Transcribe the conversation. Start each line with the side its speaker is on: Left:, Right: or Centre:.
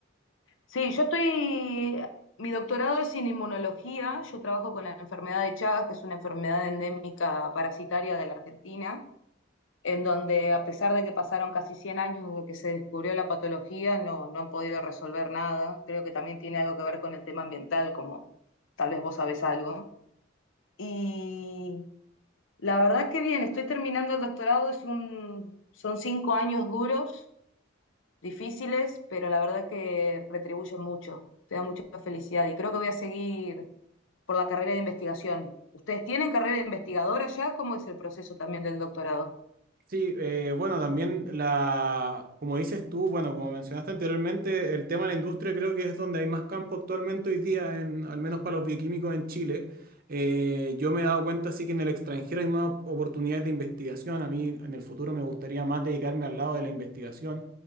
Left: sí, yo estoy, mi doctorado es en inmunología, yo trabajo con la enfermedad de Chagas, que es una enfermedad endémica parasitaria de la Argentina, en donde a pesar de que pasaron casi 100 años desde que se descubrió la patología, no, no han podido resolver nada. Creo que también tiene algo que ver con el tema ambiental, como tal vez vos sabés algo. Y la verdad que bien, estoy terminando el doctorado, es un, son cinco años duros difíciles, pero la verdad que retribuyen mucho, te da mucha felicidad y creo que voy a seguir por la carrera de investigación. ¿Ustedes tienen carrera de investigadora ya? ¿Cómo es el proceso también del doctorado?
Right: Sí, eh, bueno, también la, como dices tú, bueno, como mencionaste anteriormente, el tema de la industria creo que es donde hay más campo actualmente hoy día, en, al menos para los bioquímicos en Chile. Eh, yo me he dado cuenta sí que en el extranjero hay más oportunidades de investigación. A mí en el futuro me gustaría más dedicarme al lado de la investigación,